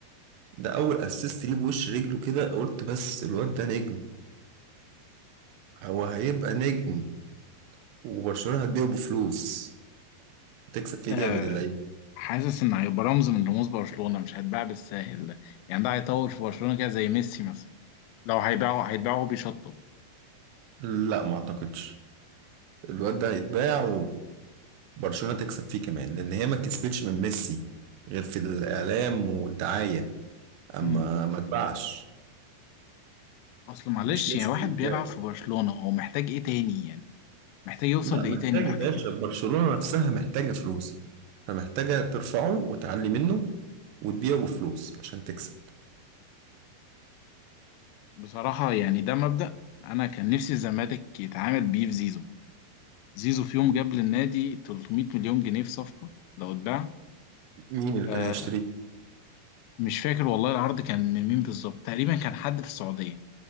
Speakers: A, on the right; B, on the left.
A: ده أول أسيست ليه بوش رجله كده قلت بس الواد ده نجم هو هيبقى نجم وبرشلونة هتبيعه بفلوس هتكسب فيه
B: آه،
A: جامد اللعيب
B: حاسس إن هيبقى رمز من رموز برشلونة مش هيتباع بالساهل ده يعني ده هيطول في برشلونة كده زي ميسي مثلا لو هيباعه هيتباعه وهو بيشطب
A: لا ما اعتقدش الواد ده هيتباع وبرشلونة تكسب فيه كمان لان هي ما كسبتش من ميسي غير في الاعلام والدعاية اما
B: مم.
A: ما اتباعش
B: أصل معلش
A: مش ميسي
B: يعني واحد
A: اللي اتباع.
B: بيلعب في برشلونة هو محتاج إيه تاني يعني محتاج يوصل
A: لا
B: لإيه
A: محتاج
B: تاني بعد
A: يا باشا
B: كده
A: برشلونة نفسها محتاجة فلوس فمحتاجة ترفعه وتعلي منه وتبيعه بفلوس عشان تكسب
B: بصراحة يعني ده مبدأ أنا كان نفسي الزمالك يتعامل بيه في زيزو زيزو في يوم جاب للنادي 300 مليون جنيه في صفقة لو اتباع
A: مين اللي
B: آه
A: كان هيشتريه
B: مش فاكر والله العرض كان من مين بالظبط تقريبا كان حد في السعودية